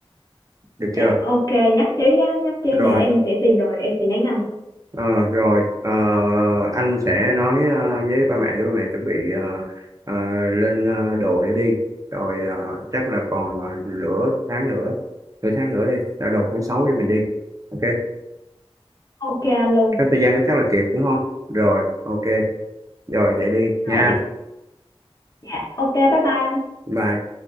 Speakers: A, on the right (about 35°); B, on the left (about 40°).
A: Được chưa?
B: dạ ok nhất trí nhé nhất trí
A: Rồi,
B: để em sẽ tìm rồi em sẽ nhắn anh
A: ờ, rồi, ờ, anh sẽ nói ờ, với ba mẹ để ba mẹ chuẩn bị ờ, ờ, lên ờ, đồ để đi. Rồi ờ, chắc là còn ờ, nửa tháng nữa, nửa tháng nữa đi, là đầu tháng 6 để mình đi. Ok,
B: ok anh luôn
A: trong thời gian đó chắc là kịp đúng không? Rồi, ok, rồi vậy đi
B: rồi
A: nha.
B: thì dạ ok bye bye anh
A: Bye.